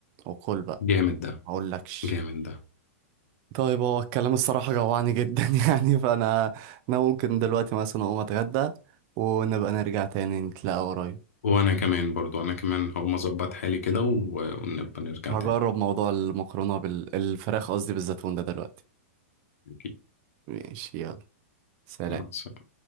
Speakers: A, on the right; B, on the left.
A: وكل بقى
B: جامد ده
A: مقولكش
B: جامد ده
A: طيب هو الكلام الصراحة جوعني جدا <laughs> يعني فأنا أنا ممكن دلوقتي مثلا أقوم أتغدى ونبقى نرجع تاني نتلاقى قريب
B: وانا كمان برضو انا كمان هقوم اظبط حالي كده و- ونبقى نرجع
A: هجرب
B: تاني
A: موضوع المكرونة بال... الفراخ قصدي بالزيتون ده دلوقتي
B: أكيد.
A: ماشي يلا سلام
B: مع السلامة